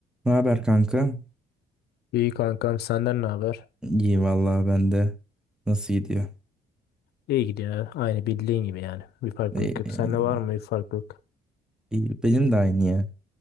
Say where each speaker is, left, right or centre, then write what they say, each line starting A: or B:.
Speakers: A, in the centre; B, on the left.
A: Ne haber kanka?
B: İyi kankam senden ne haber?
A: İyi vallahi ben de. Nasıl gidiyor?
B: İyi gidiyor. Aynı bildiğin gibi yani. Bir farklılık
A: Ee,
B: yok. Sende var mı bir farklılık?
A: iyi. Benim de aynı ya.